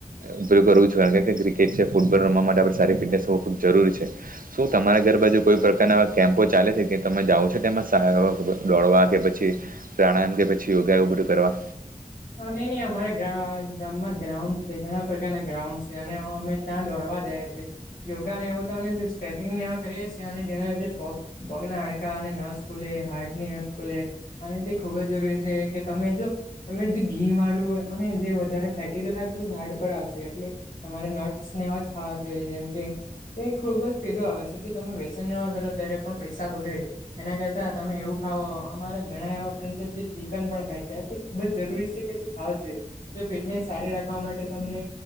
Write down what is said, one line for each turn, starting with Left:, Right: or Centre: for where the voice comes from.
Right: ઉપયોગ કરવો કાર કે ક્રિકેટ છે ફૂટબોલ રમવા માટે આપ સારી ફિટનેસ હોવું ખૂબ જરૂરી છે. શું તમારા ઘર બાજુ કોઈ પ્રકારના આવા કેમ્પો ચાલે છે કે તમે જાઓ છો તેમાં દોડવા કે પછી પ્રાણાયામ એમ કે પછી યોગા એવું બધું કરવા.
Left: અને નઈ અમારા ગામમાં ગ્રાઉન્ડ છે ઘણા પ્રકારના ગ્રાઉન્ડ છે અને હ અમે ત્યાં દોડવા જાય છે યોગા ને એવું તો સ્ટ્રેચિંગને એ કરીએ છીએ અને જેના લીધે પ પગના હાડકા અને નસ ખૂલે, હાર્ટ ની નસ ખૂલે અને તે ખુબ જ જરૂરી છે કે તમે જો તમે જે ઘી વાળું હોય અને જે વધારે ફેટીખાય <unintelligible> તો હાર્ડ તો પર આવશે એટલે તમારે નટ્સ નેવાજ ખાવા જોઈએ જેમ કે એ ખુબ જ પેલું આવે છે, કે તમે વ્યસન નેવા કરો ત્યારે પણ પૈસા બગડે એના કરતા તમે એવું ખાવઓ અમારે ઘણા એવા પ્રંત ચિકન પણ ખાય છે. ખુબ જ જરૂરી છે, કે તે ખાવ જોઈએ તો ફિટનેસ સારી રાખવા માટે તમને